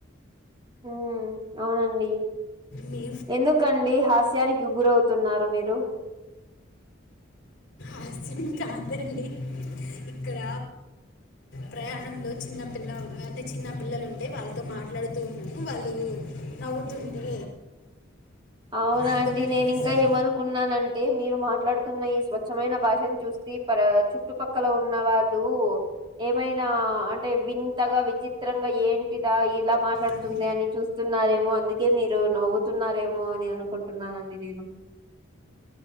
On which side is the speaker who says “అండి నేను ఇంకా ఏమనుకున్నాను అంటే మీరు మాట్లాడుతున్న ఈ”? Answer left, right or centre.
Right